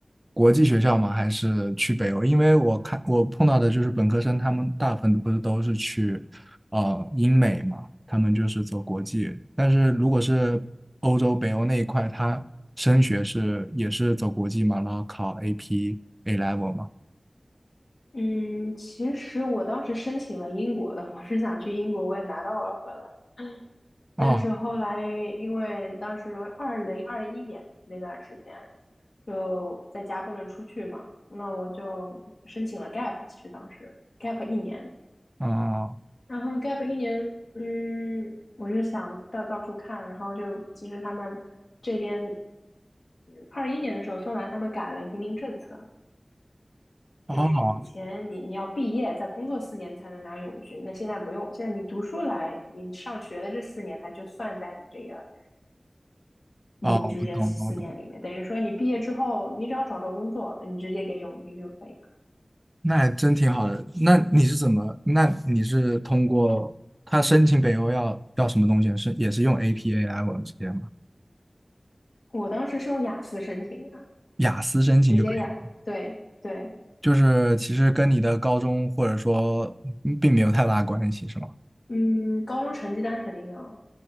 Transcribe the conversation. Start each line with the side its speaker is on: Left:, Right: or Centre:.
Right: 国际学校吗？还是去北欧？因为我看我碰到的就是本科生，他们大部分不是都是去呃英美嘛，他们就是走国际。但是如果是欧洲北欧那一块，他升学是也是走国际嘛，然后考 AP A level 嘛。
Left: 嗯，其实我当时申请了英国的，我是想去英国，我也拿到 offer 了，
Right: 哦，
Left: 但是后来，因为当时二零二一年那段时间，就在家不能出去嘛，那我就申请了 gap。其实当时 gap 一年，
Right: 哦，
Left: 然后 gap 一年，嗯，我就想到到处看，然后就其实他们这边二一年的时候，芬兰他们改了移民政策，
Right: 哦，
Left: 就是以前你你要毕业再工作四年才能拿永居，那现在不用，现在你读书来，你上学的这四年它就算在你这个。
Right: 哦，
Left: 永居这四年里面，
Right: 我懂了，我懂了
Left: 等于说你毕业之后，你只要找到工作，你直接给永居就可以了。
Right: 那还真挺好的。那你是怎么？那你是通过他申请北欧要要什么东西？是也是用 APA 来往们直接吗？
Left: 我当时是用雅思申请的，
Right: 雅思申请就可以吗
Left: 直接雅，对对，
Right: 就是其实跟你的高中或者说嗯并没有太大关系，是吗？
Left: 嗯，高中成绩单肯定要，